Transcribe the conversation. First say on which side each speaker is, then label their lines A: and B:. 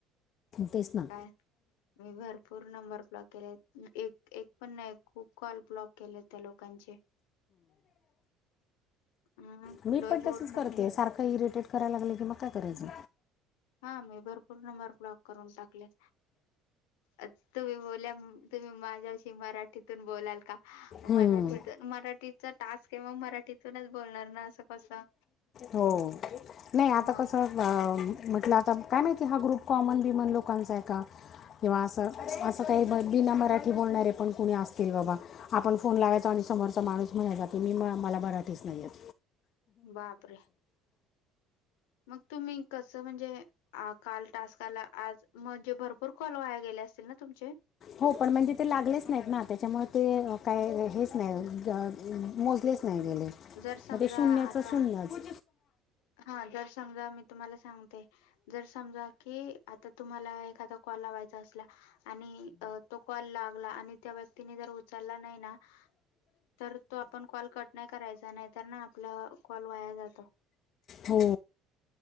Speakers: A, on the left; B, on the left.
A: तेच. ना
B: काय? मी भरपूर नंबर ब्लॉक केले एक एक पण नाही खूप कॉल ब्लॉक केले त्या लोकांचे. हम
A: मी
B: लोय
A: पण
B: बोर
A: तसच
B: करतात
A: करते सारख इरिटेट करायला लागले की मग काय करायचं.
B: हा मी भरपूर नंबर ब्लॉक करून टाकले. अत तुम्ही बोल्या तुम्ही माझ्याशी मराठीतून बोलाल का?
A: हम्म.
B: मराठीत मराठीचा टास्क हे मं मराठीतूनच बोलणार ना असं कसं.
A: हो नही आता
B: मग
A: कस. हा, म्हटलं आता काय माहिती, हा ग्रुप कॉमन बिमन लोकांचा आहे का? किंवा असं, असं काही ब बिना मराठी बोलणारे पण कुणी असतील बाबा. आपण फोन लावायचो आणि समोरचा माणूस म्हणायचा की, मी मला मराठीच नाहीयेत.
B: बापरे. मग तुम्ही कसं म्हणजे- आ काल टास्क आला, आज म्हणजे भरपूर कॉल वाया गेले असतील ना, तुमचे?
A: हो, पण म्हणजे ते लागलेच नाहीत ना, त्याच्यामुळे ते काय हेच नाही, अ- मोजलेच नाही मी नीट,
B: जर समजा
A: मग ते शून्याच
B: आता
A: शून्यच.
B: हा, जर समजा मी तुम्हाला सांगते- जर समजा की, आता तुम्हाला एखादा कॉल लावायचा असला- आणि तो कॉल लागला आणि त्या व्यक्तीने जर उचलला नाही ना- तर तो आपण कॉल कट नाही करायचा, नाही तर ना आपला कॉल वाया जातो.
A: हो,